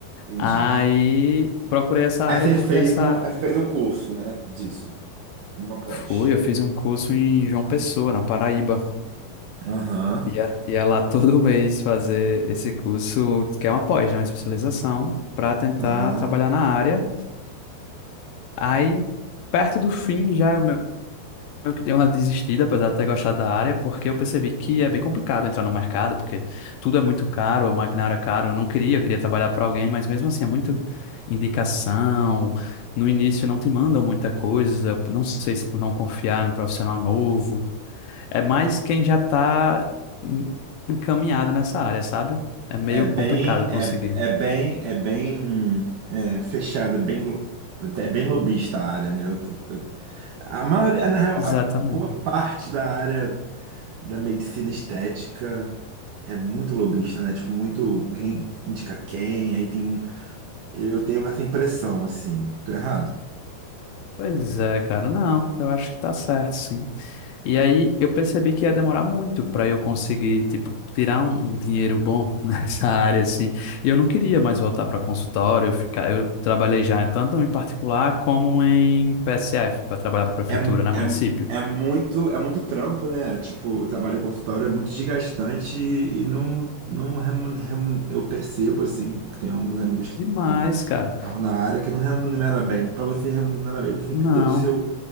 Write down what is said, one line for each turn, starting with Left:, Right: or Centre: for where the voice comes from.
Right: entendi.
Left: Aí procurei essa
Right: Aí
Left: área
Right: você
Left: porque
Right: fez
Left: essa.
Right: um, aí você fez um curso, né, disso, uma pós.
Left: Fui, eu fiz um curso em João Pessoa, na Paraíba.
Right: Aham,
Left: Ia, ia lá todo <laughs> mês fazer esse curso, que é uma pós, né? Uma especialização, para tentar
Right: aham.
Left: trabalhar na área. Aí, perto do fim, já eu que dei uma desistida, apesar de ter gostado da área, porque eu percebi que é bem complicado entrar no mercado, porque tudo é muito caro, o maquinário é caro. Eu não queria, eu queria trabalhar para alguém, mas mesmo assim é muito indicação. No início não te mandam muita coisa, não sei se por não confiar em profissional novo. É mais quem já está encaminhado nessa área, sabe? É meio
Right: É bem,
Left: complicado conseguir.
Right: é, é bem, é bem é, fechada, bem, lo- é bem lobista a área, né? Eu- eu- eu- a maioria, na real,
Left: Exatamente.
Right: a boa parte da área da medicina estética é muito lobista, né? Tipo, muito quem indica quem, aí tem, eu tenho essa impressão, assim. Tô errado?
Left: Pois é, cara. Não, eu acho que tá certo, sim. E aí eu percebi que ia demorar muito para eu conseguir, tipo, tirar um, um dinheiro bom <laughs> nessa área, assim. E eu não queria mais voltar para consultório, eu ficar, eu trabalhei já tanto em particular como em PSF, para trabalhar para prefeitura,
Right: É,
Left: né, município.
Right: é, é muito, é muito trampo, né? Tipo, o trabalho em consultório é muito desgastante e, e não, não remun- remun- eu percebo, assim, tem alguns amigos que
Left: Demais,
Right: que
Left: cara.
Right: estavam na área que não remunera bem. Para você remunerar bem, você tem
Left: Não.
Right: que ter o seu